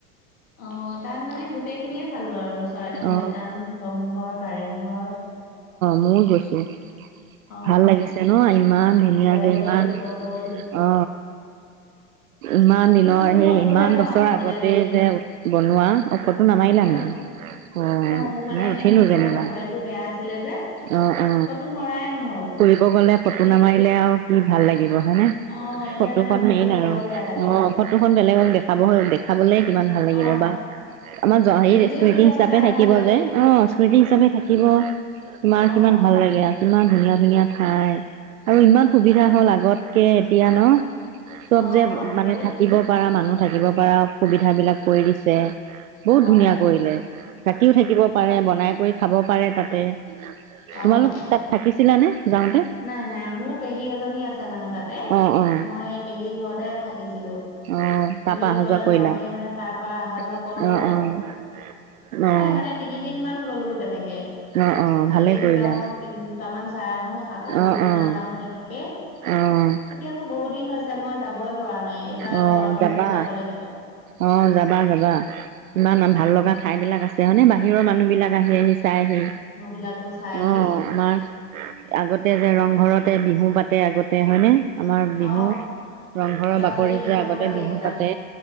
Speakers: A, on the left; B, on the right.
A: অহ। তাত মানে গোটেই খিনিয়ে চালো আৰু। চৰাইদেউ
B: অ অ
A: মৈদাম ৰংঘৰ কাৰেংঘৰ।
B: মই গৈছোঁ।
A: অ',
B: ভাল লাগিছে ন ইমান ধুনীয়া
A: জয়দৌল,
B: যে ইমান
A: শিৱদৌল
B: অ ইমান দিনৰ
A: কিন্তু মোৰ
B: সেই
A: ফটোহে
B: ইমান
A: মৰা
B: বছৰ
A: নহ'লে
B: আগতে
A: মানে
B: যে। বনোৱা ঔষধ। ফটো নামাৰিলা
A: অ',
B: নেকি? অ
A: মোৰ মানে
B: মই উঠিলো
A: সেইখিনি সময়ত
B: যেনিবা
A: মোবাইলটো বেয়া আছিলে যে
B: অ অ
A: ফটো মৰাই নহ'ল।
B: ফুৰিব গলে ফটো
A: এতিয়া
B: নামাৰিলে। আৰু কি ভাল লাগিব। হয় নে?
A: অ', এতিয়া
B: ফটোখন
A: মানে মনটো
B: মেইন
A: বৰ
B: আৰু
A: বেয়া লাগে।
B: অ ফটোখন বেলেগক দেখাব দেখাবলে কিমান ভাল লাগিব
A: অ',
B: বা আমাৰ জ
A: নিজেও
B: সেই।
A: পিছত
B: হিচাপে
A: চাই
B: থাকিব
A: ভাল লাগে।
B: যে অ স্মৃতি হিচাপে
A: উম,
B: থাকিব তোমাৰ
A: অ',
B: কিমান ভাল লাগে আৰু। ইমান ধুনীয়া ধুনীয়া ঠাই আৰু ইমান সুবিধা হ'ল আগতকে এতিয়া ন। চব
A: অ',
B: যে
A: আজিকালি
B: মানে থাকিব পাৰা মানুহ। থাকিব পৰা সুবিধাবিলাক কৰি দিছে। বহুত
A: অহ
B: ধুনীয়া ৰাতিও থাকিব পাৰে বনাই কৰি খাব পাৰে তাতে।
A: অহ
B: তোমালোক তাত থাকিছিলানে যাওঁতে
A: নাই নাই মোৰ পেহী এজনী আছে মানে তাতে
B: অ', অ',
A: মই পেহীৰ ঘৰতে থাকিছিলো,
B: অ',
A: পেহীৰ
B: তাৰপা অহা
A: ঘৰলৈ
B: যোৱা কৰিলা
A: যাওঁতে মানে তাৰ পৰা অহা যোৱা
B: অ',
A: কৰো আৰু।
B: অ', অ',
A: এ মানে তিনিদিন মান গ'লো ত। তেনেকে।
B: অ', অ', ভালেই
A: এদিন
B: কৰিলা
A: যাও দুটামান চাই আহো। আকৌ পিছদিনা
B: অ', অ',
A: যাও তেনেকে
B: অ',
A: এতিয়া মোৰ বহুত দিন হৈছে মই যাবই পৰা নাই এইবাৰ
B: অ',
A: গৰম বন্ধত
B: যাবা
A: যাব লাগিব অহ।
B: অ', যাবা যাবা ইমান ভাল লগা ঠাইবিলাক আছে হয়নে বাহিৰৰ মানুহবিলাক। আহি আহি চাইহি
A: বিলাকো চাই
B: অ
A: আহি
B: আমাৰ। আগতে যে ৰংঘৰতে বিহু পাতে আগতে হয়নে? আমাৰ বিহু
A: অ
B: ৰংঘৰৰ
A: ল'ৰা
B: বাকৰিত
A: ছোৱালীক দেখাব
B: যে আগতে
A: লাগে
B: বিহু
A: এইবিলাক
B: পাতে